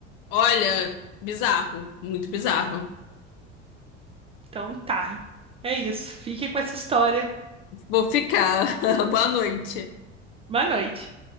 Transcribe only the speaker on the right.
Então tá. É isso. Fique com essa história.
Boa noite.